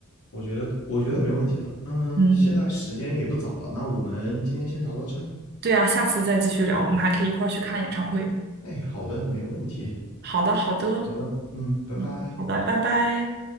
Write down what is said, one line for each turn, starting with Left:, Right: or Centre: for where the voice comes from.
Left: 我觉得我觉得没问题的。嗯，
Right: 嗯，
Left: 现在时间也不早了，那我们今天先聊到这
Right: 对啊，下次再继续聊，我们还可以一块儿去看演唱会。
Left: 哎，好的，没问题。
Right: 好的，好的，
Left: 好的，嗯，拜拜。
Right: 嗯，好的，拜拜。